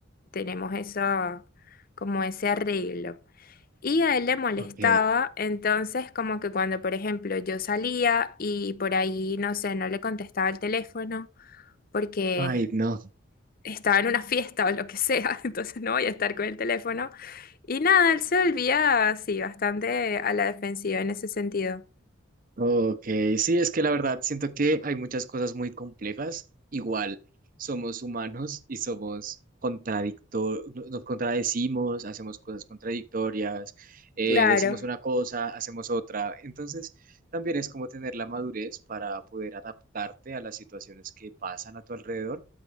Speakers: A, on the left; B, on the right.
A: tenemos eso, como ese arreglo. Y a él le molestaba,
B: Ok.
A: entonces como que cuando, por ejemplo, yo salía y por ahí, no sé, no le contestaba el teléfono porque
B: Ay, no.
A: estaba en una fiesta o lo que sea, <laughs> entonces no voy a estar con el teléfono. Y nada, él se volvía así, bastante a la defensiva en ese sentido.
B: Ok, sí, es que la verdad siento que hay muchas cosas muy complejas. Igual somos humanos y somos contradictor, nos contradecimos, hacemos cosas contradictorias, eh,
A: Claro.
B: decimos una cosa, hacemos otra. Entonces, también es como tener la madurez para poder adaptarte a las situaciones que pasan a tu alrededor